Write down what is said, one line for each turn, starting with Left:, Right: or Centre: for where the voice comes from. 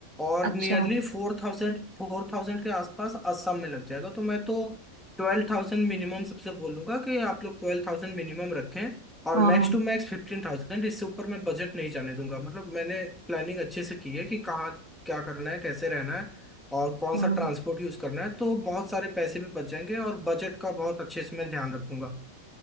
Centre: और
Right: अच्छा
Centre: नियरली फोर थाउजेंड फोर थाउजेंड के आसपास असम में लग जाएगा तो मैं तो ट्वेल्व थाउजेंड मिनिमम सबसे बोलूंगा कि आप लोग ट्वेल्व थाउजेंड मिनिमम रखें और
Right: हाँ
Centre: मैक्स टू मैक्स फिफ्टीन थाउजेंड इससे ऊपर मैं बजट नहीं जाने दूंगा मतलब मैंने प्लानिंग अच्छे से की है कि कहाँ क्या करना है कैसे रहना है और कौन
Right: हाँ
Centre: सा ट्रांसपोर्ट यूज करना है तो बहुत सारे पैसे भी बच जाएंगे और बजट का बहुत अच्छे से मैं ध्यान रखूंगा